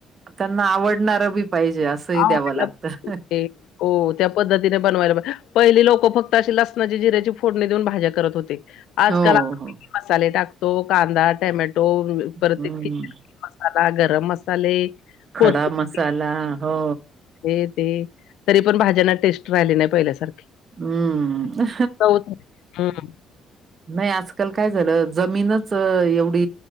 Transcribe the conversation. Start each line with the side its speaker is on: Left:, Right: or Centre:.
Right: त्यांना आवडणार बी पाहिजे. असंही
Left: ते
Right: द्यावं लागतं.
Left: हो त्या पद्धतीने बनवायला पाजे पहिली लोकं फक्त अशी लसणाची, जिऱ्याची फोडणी देऊन भाज्या करत होते. आजकाल
Right: हो,
Left: आपण
Right: हो.
Left: किती मसाले टाकतो कांदा, टमॅटो परत
Right: हम्म.
Left: ते ती मसाला, गरम मसाले. कोथिंबीर
Right: खडा मसाला. हो.
Left: हे ते तरी पण भाज्यांना टेस्ट राहिली नाही पहिल्यासारखी.
Right: हम्म.
Left: चवच नाही. हं.
Right: नाही आजकाल काय झालं- - जमीनच एवढी